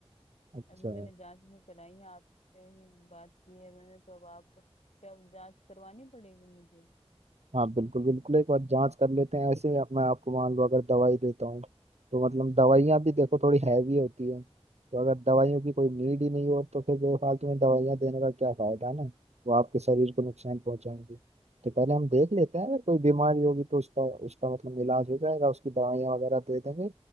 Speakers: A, on the right; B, on the left.
A: अच्छा
B: अभी मैंने जांच नहीं कराई है आपसे ही बात की है मैंने तो अब आप क्या जांच करवानी पड़ेगी मुझे
A: हाँ बिल्कुल बिल्कुल एक बार जांच कर लेते हैं ऐसे ही अब मैं आपको मान लो अगर दवाई देता हूँ तो मतलब दवाइयाँ भी देखो थोड़ी हैवी होती है तो अगर दवाइयों की कोई नीड ही नहीं हो तो फिर बेफालतू में दवाइयाँ देने का क्या फायदा है ना वो आपके शरीर को नुकसान पहुंचाएंगी तो पहले हम देख लेते हैं अगर कोई बीमारी होगी तो उसका उसका मतलब इलाज हो जाएगा उसकी दवाइयाँ वगैरह दे देंगे